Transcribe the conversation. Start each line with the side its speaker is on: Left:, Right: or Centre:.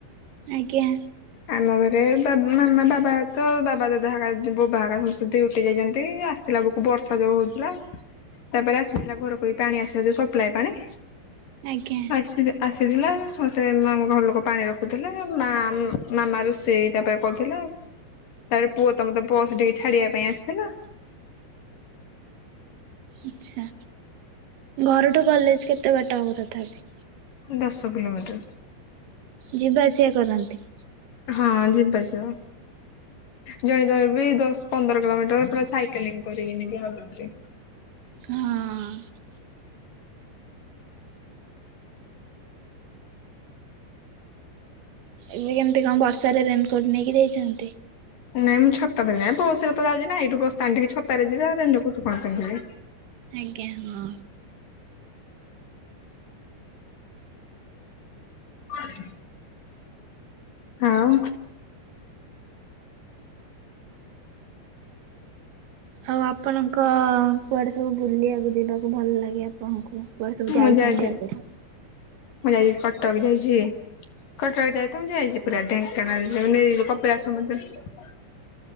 Right: ଆଜ୍ଞା।
Left: ଆମ ଘରେ ବାବା ମାମା ବାବା ତ ବାବା ଦାଦା ହେକା ବବା ହେକା ସମସ୍ତେ ଡିୟୁଟି ଯାଇଛନ୍ତି ଆସିଲା ବୁକୁ ବର୍ଷା ଯୋଉ ହଉଥିଲା ତାପରେ ଆସିଥିଲା ଘରକୁ ବି ପାଣି ଆସିଲା ସପ୍ଲାଏ ପାଣି।
Right: ଆଜ୍ଞା।
Left: ଆସି ଆସିଥିଲା ସମସ୍ତେ ଆମ ଘର ଲୋକ ପାଣି ରଖୁଥିଲେ ମା ମାମା ରୋଷେଇ ତାପରେ କରୁଥିଲା ଆଉ। ତାର ପୁଅ ତ ମତେ ପୁଅ ସେ ଟିକେ ଛାଡିବା ପାଇଁ ଆସିଥିଲା।
Right: ଆଛା ଘରଠୁ କଲେଜ କେତେ ବାଟ ହେବ ତଥାପି?
Left: ଦଶ କିଲୋମିଟର।
Right: ଯିବା ଆସିବା କରନ୍ତି?
Left: ହଁ ଯିବ ଆସିବା ଜଣେ ଜଣେ ବି ଦଶ ପନ୍ଦର କିଲୋମିଟର ପୁରା ସାଇକେଲିଂ କରିକି ବି ଆଉଛନ୍ତି।
Right: ହଁ। ଏବେ କେମିତି କଣ ବର୍ଷାରେ ରେନକୋଟ ନେଇକି ଯାଇଛନ୍ତି?
Left: ନାଇଁ ମୁଁ ଛତା ରେ ଯାଏ ବସରେ ତ ଯାଉଛିନା ଏଇଠୁଁ ବସଷାଣ୍ଡ ଛତାରେ ଯିବା ରେନିକୋଟ କଣ ପିନ୍ଧିବି।
Right: ଆଜ୍ଞା ହଁ।
Left: <unintelligible> ଆଉ।
Right: ଆଉ ଆପଣଙ୍କ କୁଆଡେ ସବୁ ବୁଲିବାକୁ ଯିବାକୁ ଭଲ ଲାଗେ ଆ? ଙ୍କୁ କୁଆଡେ ସବୁ ଯାଇଛନ୍ତି
Left: ମୁଁ ଯାଇ
Right: ଆଗରୁ?
Left: ମୁଁ ଯାଇଛିି କଟକ ଯାଇଛି। କଟକ ଯାଇ ତ ଯାଇଛି ପୁରା ଢେଙ୍କାନାଳ କପିଳାସ ମନ୍ଦିର।